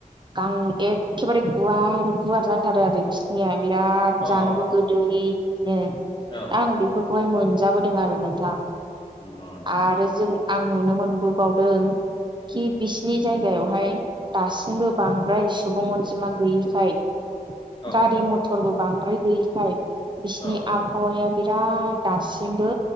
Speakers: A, on the right; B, on the left.
A: गां एखेबारे गुवार गुवार जाथारो आरो बिसनिया बिराद
B: अ
A: जानोबो गोदैनो दा
B: औ
A: आं बेफोरखौहाय मोन जाबोदों आरो नोंथां।
B: नोंगौ नोंगौ
A: आरो
B: नोंथां
A: जों आं नुनो मोनबोबावदों खि बिसिनि जायगायावहाय दासिमबो बांद्राय सुबुं अनजिमा गैयिखाय
B: औ
A: गारि मथरबो बांद्राय गैयिखाय बिसिनि
B: औ
A: आबहावाया बिराद दासिमबो